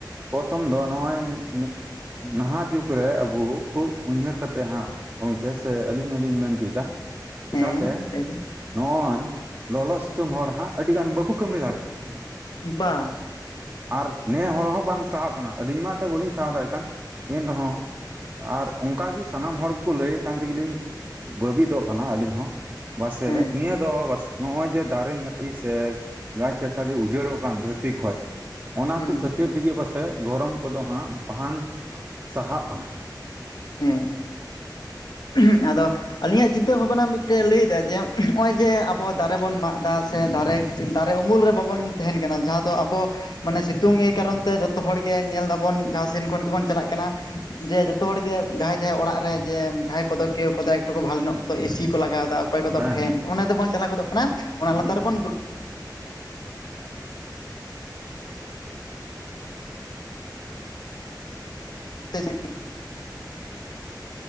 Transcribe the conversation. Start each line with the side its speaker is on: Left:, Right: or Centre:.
Right: ᱯᱚᱨᱛᱷᱚᱢ ᱫᱚ ᱱᱚᱜᱼᱚᱭ ᱤᱧ ᱱᱤᱡ ᱱᱟᱦᱟᱸᱜ ᱡᱩᱜᱽ ᱨᱮ ᱟᱹᱵᱩ ᱠᱷᱩᱵ ᱩᱭᱦᱟᱹᱨ ᱠᱟᱛᱮᱜ ᱦᱟᱸᱜ ᱜᱚᱝᱠᱮ ᱥᱮ ᱟᱹᱞᱤᱧ ᱦᱚᱸᱞᱤᱧ ᱢᱮᱱ ᱚᱪᱚ ᱭᱮᱫᱟ ᱪᱮᱠᱟ
Left: ᱦᱮᱸ
Right: ᱛᱮ
Left: ᱞᱟᱹᱭ ᱵᱤᱱ
Right: ᱱᱚᱜᱼᱚᱭ ᱞᱚᱞᱚ ᱥᱤᱛᱩᱝ ᱦᱚᱲ ᱦᱟᱸᱜ ᱟᱹᱰᱤ ᱜᱟᱱ ᱵᱟᱹᱠᱩ ᱠᱟᱹᱢᱤ ᱫᱟᱲᱮᱜ ᱠᱟᱱᱟ᱾
Left: ᱵᱟᱝ,
Right: ᱟᱨ ᱱᱮ ᱦᱚᱲ ᱦᱚᱸ ᱵᱟᱝ ᱥᱟᱦᱟᱣᱼᱚᱜ ᱠᱟᱱᱟ, ᱟᱹᱞᱤᱧ ᱢᱟ ᱮᱱᱛᱮ ᱵᱟᱹᱞᱤᱧ ᱥᱟᱦᱟᱣ ᱫᱟᱲᱮᱜ ᱠᱟᱱ ᱮᱱ ᱨᱮᱦᱚᱸ ᱟᱨ ᱚᱸᱠᱟ ᱜᱤ ᱥᱟᱱᱟᱢ ᱦᱚᱲ ᱜᱮᱠᱚ ᱞᱟᱹᱭᱼ ᱮᱜ ᱠᱟᱱ ᱛᱮᱜᱤ ᱞᱤᱧ ᱵᱟᱹᱵᱤᱫᱚᱜ ᱠᱟᱱᱟ ᱟᱹᱞᱤᱧ ᱦᱚᱸ, ᱵᱟ ᱥᱮ
Left: ᱦᱮᱸ
Right: ᱱᱤᱭᱟᱹ ᱫᱚ ᱵᱟᱥᱮ ᱱᱚᱜᱼᱚᱭ ᱡᱮ ᱫᱟᱨᱮ ᱱᱟᱹᱲᱤ ᱥᱮ ᱜᱟᱪ- ᱜᱟᱪᱷᱟᱞᱤ ᱩᱡᱟᱹᱲᱚᱜ ᱠᱟᱱ ᱫᱷᱟᱹᱨᱛᱤ ᱠᱷᱚᱡ ᱚᱱᱟ
Left: ᱦᱩᱸ
Right: ᱠᱚ ᱠᱟᱹᱛᱤᱨ ᱛᱮᱜᱮ ᱯᱟᱥᱮᱡ ᱜᱚᱨᱚᱢ ᱠᱚᱫᱚ ᱦᱟᱸᱜ ᱵᱟᱝ ᱥᱟᱦᱟᱣᱼᱚᱜ ᱠᱟᱱᱟ᱾
Left: ᱦᱮᱸ, <unintelligible> ᱟᱫᱚ ᱟᱹᱞᱤᱧᱟᱜ ᱪᱤᱛᱟᱹ ᱵᱷᱟᱵᱽᱱᱟ ᱢᱤᱫᱴᱟᱹᱜ ᱮ ᱞᱟᱹᱭ ᱮᱫᱟ, ᱡᱮ <unintelligible> ᱦᱚᱸᱜᱼᱚᱭ ᱡᱮ ᱟᱵᱚ ᱫᱟᱨᱮ ᱵᱚᱱ ᱢᱟᱜ ᱮᱫᱟ, ᱥᱮ ᱫᱟᱨᱮᱻᱡᱽ ᱫᱟᱨᱮ ᱩᱢᱩᱞ ᱨᱮ ᱵᱟᱵᱚᱱ ᱛᱟᱦᱮᱱ ᱠᱟᱱᱟ, ᱡᱟᱦᱟᱸ ᱫᱚ ᱟᱵᱚ ᱢᱟᱱᱮ ᱥᱤᱛᱩᱝ ᱮ ᱠᱟᱨᱚᱱ ᱛᱮ ᱡᱚᱛ ᱛᱚ ᱦᱚᱲ ᱜᱮ ᱧᱮᱞ ᱮᱫᱟ ᱵᱚᱱ ᱡᱟᱦᱟᱸ ᱥᱮᱱ ᱠᱷᱚᱱ ᱜᱮᱵᱚᱱ ᱪᱟᱞᱟᱜ ᱠᱟᱱᱟ, ᱡᱮ ᱡᱚᱛᱚ ᱦᱚᱲ ᱜᱮ ᱡᱟᱦᱟᱸᱭ ᱡᱟᱦᱟᱸᱭ ᱚᱲᱟᱜ ᱨᱮ ᱡᱮ ᱡᱟᱦᱟᱸᱭ ᱠᱚᱫᱚ ᱠᱮᱣ ᱠᱚᱫᱟ ᱮᱠᱴᱩ ᱠᱚ ᱵᱷᱟᱜᱮ ᱱᱚᱜ ᱠᱚᱫᱚ ᱮ ᱥᱤ ᱠᱚ ᱞᱟᱜᱟᱣ ᱮᱫᱟ ᱚᱠᱚᱭ ᱠᱚᱫᱚ
Right: ᱦᱮᱸ
Left: ᱯᱷᱮᱱ, ᱚᱱᱟ ᱫᱚᱸ ᱵᱟᱝ ᱪᱟᱸᱞᱟᱶ ᱜᱚᱸᱫᱚᱸᱜ ᱠᱟᱱᱟ, ᱚᱱᱟ ᱞᱟᱸᱛᱟᱨ ᱨᱮᱸᱵᱚᱱ ᱫᱩᱲᱩ- <unintelligible>